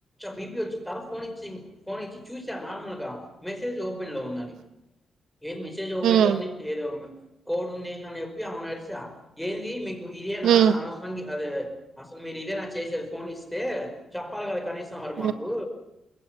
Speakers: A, in the centre; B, on the right.
A: బిపి వచ్చి తర్వాత ఫోనిచ్చి ఫోన్ ఇచ్చి చూసా నార్మల్ గా మెసేజ్ ఓపెన్ లో నీ
B: <unintelligible>
A: ఏది మెసేజ్ ఓపెన్
B: ఉమ్
A: లోని ఏ కోడ్ ఉంది ఎండి అని చెప్పి అమేనడిశా ఏది మీకు ఇదేనా
B: ఉమ్
A: అనవసరం కాదు అసలు మీరు ఇదేనా చేసేది ఫోన్ ఇస్తే చెప్పాలి కదా కనీసం మరి
B: ఉమ్
A: మాకు